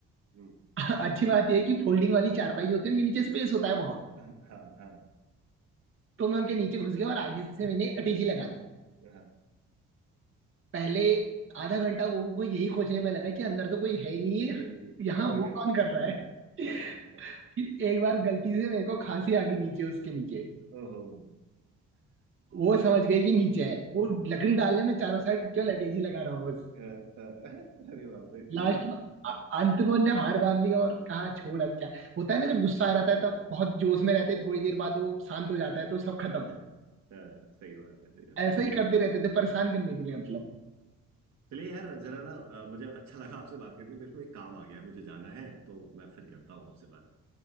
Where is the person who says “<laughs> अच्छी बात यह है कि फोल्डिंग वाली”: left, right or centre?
Right